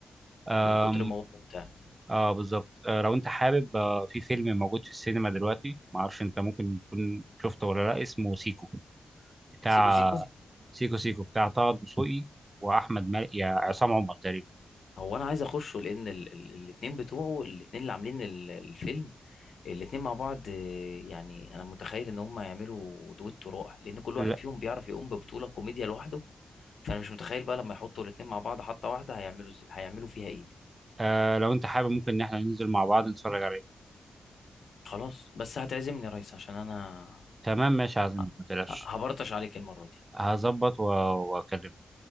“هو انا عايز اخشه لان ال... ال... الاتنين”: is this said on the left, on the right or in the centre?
Left